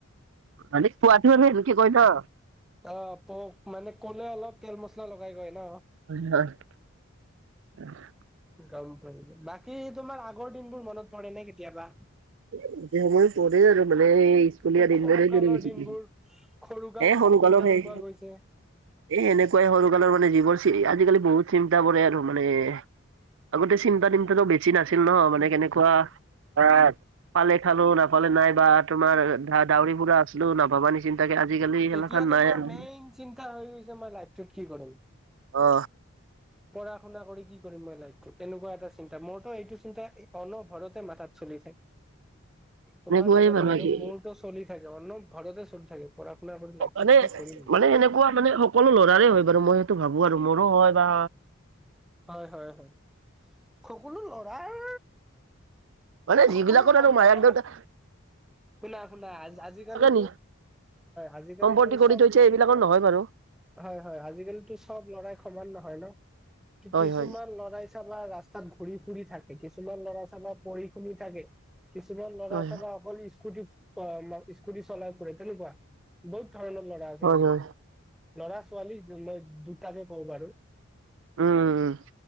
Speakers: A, on the right; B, in the centre.
A: <unintelligible>
B: অ'! <unintelligible> মানে ক'লে, অলপ তেল মছলা লগাই কৈ ন'।
A: হয় হয়! <inaudible>
B: গম পাই। বাকী, তোমাৰ আগৰ দিনবোৰ, মনত পৰেনে কেতিয়াবা?
A: <unintelligible> পৰে আৰু মানে স্কুলীয়া দিনবোৰে
B: সৰুকালৰ
A: পৰি গৈছিলে
B: দিনবোৰ, সৰুকাল
A: এ সৰুকালৰ
B: দিনবোৰ, কেনেকুৱা
A: সেই
B: গৈছে?
A: এ, সেনেকুৱাই সৰুকালৰ, মানে যিবোৰ, আজিকালি বহুত চিন্তা কৰে আৰু মানে। আগতে, চিন্তা-তিন্তাটো বেছি নাছিল ন'। মানে, কেনেকুৱা <unintelligible> পালে খালোঁ, নাপালে নাই বা তোমাৰ ধৰা, <unintelligible> আছিলোঁ, নাভাবা নিচিন্তাকে। আজিকালি সেইগিলাখান
B: এতিয়া, তোমাৰ
A: নাই আৰু।
B: মেইন চিন্তা হৈ গৈছে, মই লাইফটোত কি কৰিম!
A: অ।
B: পঢ়া শুনা কৰি কি কৰিম মই লাইফটো? তেনেকুৱা এটা চিন্তা, মোৰতো এইটো চিন্তা অনভৰতে মাথাত চলি থাক, তোমাৰ
A: এনেকুৱাই
B: নাজানো বাৰু।
A: আজি
B: মোৰটো চলি থাকে অনভাৰতে চলি থাকে। পঢ়া শুনা কৰি লাইফটোত
A: মানে
B: কি কৰিম
A: মানে এনেকুৱা মানে সকলো ল'ৰাৰে হয় বাৰু, মই সেইটো ভাবো আৰু মোৰো হয় বা
B: হয়, হয়, হয়। সকলো ল'ৰাৰ
A: মানে
B: সকলো
A: যিবিলাকৰ আৰু
B: ল'ৰা
A: মায়াক দেউতা
B: শুনা, শুনা। আজি-কালি
A: নি
B: আজি-কালিতো
A: সম্পত্তি কৰি
B: চব
A: থৈছে এইবিলাকৰ নহয় বাৰু
B: হয়, হয়। আজি-কালিটো চব লৰাই সমান নহয় ন? কি
A: হয়
B: কিছুমান
A: হয়
B: ল'ৰাই চাবা ৰাস্তাত ঘূৰি ফুৰি থাকে। কিছুমান ল'ৰা চাবা পঢ়ি শুনি থাকে। কিছুমান ল'ৰা
A: হয়
B: চবা অকল স্কুটিত অ আম স্কুটি চলাই ফুৰে তেনেকুৱা বহুত ধৰণৰ ল'ৰা আছে
A: হয়
B: আজি-কালি।
A: হয়
B: লৰা-ছোৱালী যো দুটাকে কওঁ বাৰু।
A: উম, উম, উম।